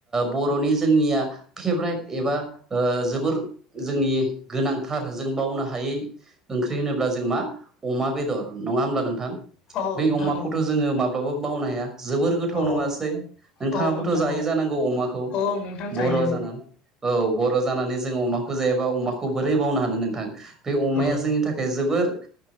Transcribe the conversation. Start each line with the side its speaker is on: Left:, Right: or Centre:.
Right: बर'नि जोंनिया फेभ्रेट एबा जोबोर जोंनि गोनांथार जों बावनो हा हायि ओंख्रि होनोब्ला जों मा अमा बेदर नङा होमब्ला नोंथां।
Left: औ
Right: बे
Left: नोंथां
Right: अमाखौथ'
Left: औ
Right: जोंङो माब्लाबाबो बावनो हाया। जोबोर गोथाव
Left: औ
Right: नंङासै नोंथांङाबोथ
Left: औ नोंथां
Right: जायो। औ अमाखौ
Left: औ नोंथां
Right: बर'
Left: जायो
Right: जाना औ बर' जानानै नै जोंङो अमाखौ जायाबा अमाखौ बोरै बावनो हानो नोंथां बे अमाया
Left: औ
Right: जोंनि थाखाय जोबोर